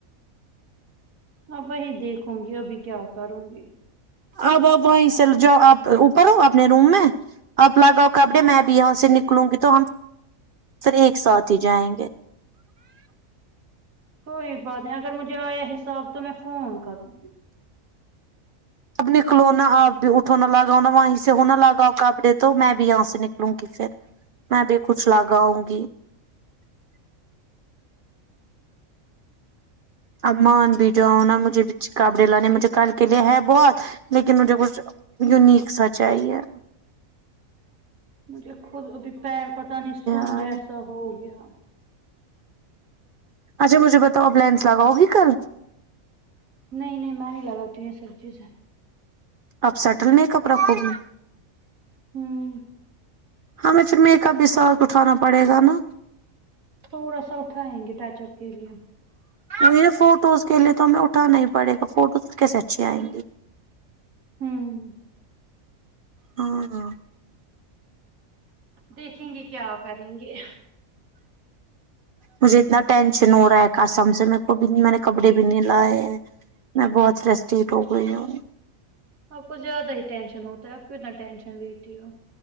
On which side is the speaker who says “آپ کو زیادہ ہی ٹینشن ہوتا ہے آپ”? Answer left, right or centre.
Right